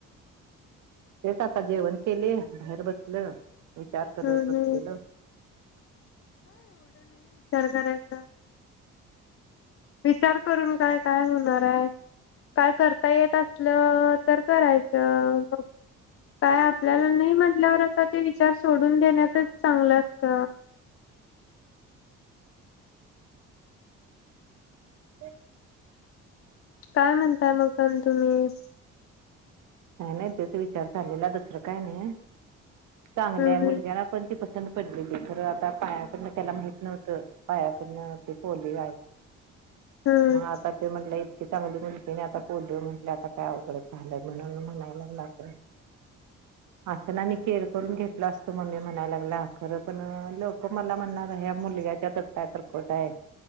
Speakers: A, on the right; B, on the left.
A: तेच आता जेवण केले बाहेर बसल विचार करत
B: हम्म
A: बसलेलं
B: हम्म. करायच विचार करून काय काय होणार आहे काय करता येत असलं तर करायचं म काय आपल्याला नाही म्हटल्यावर आता ते विचार सोडून देण्यातच चांगलं असत
A: ह
B: काय म्हणताय मग पण तुम्ही
A: नाही नाही त्याचा विचार झालेला दुसरं काय नाही चांगलंय
B: हम्म
A: मुलग्याला
B: हम्म
A: पण ती पसंत पडले ब खर आता पायाकडनं त्याला माहित नव्हतं पायाकडन ते पोले
B: हम्म
A: मग आता ते म्हटलं चांगली मुलगीने आता पोलिओ म्हटले आता काय अघडत झालं. म्हणून म्हणायला लागला असं ना म केअर करून घेतला असतो मम्मी म्हणाय लागला खरं पण लोक मला म्हणणार ह्या मुलग्याच्यातच काय तरकोट आहे